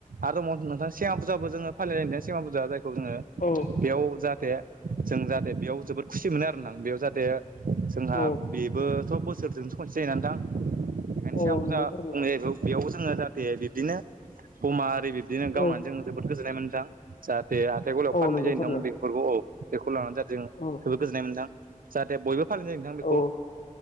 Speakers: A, on the right; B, on the left.
A: आरो दंबावो नो नोंथां सेमा फुजाबो जोङो फालिनाय जायो ना सेमा फुजा जाय खौ जोङो
B: औ
A: बेयाव जाहाथे जों जाहाथे बेयाव जोबोद खुसि मोनो आरो ना बेयाव जाहाथे जोंहा
B: औ
A: बो थ' बोसोरजोंसो खनसे जायोना नोंथां ओंखायनो
B: औ
A: सेमा फुजा
B: नंगौ थारैनो
A: बुंनाय जायो बेखौ। बेयावबो जोङो जाहाथे बिब्दिनो बमा ओरि बिब्दिनो
B: औ
A: गावनानै जों जोबोद गोजोननाय मोनो नोंथां जाहाथ थे हाथाय गलायाव
B: औ
A: फाननाय
B: नंगौ
A: जायो
B: थारैनो
A: नोंथां बेफोरखौ औ बेखौ लानानै जाथे जों
B: औ
A: जोबोद गोजोननाय मोनो नोंथां। जाहाथे बयबो फालिनाय जायो नोंथां बेखौ
B: औ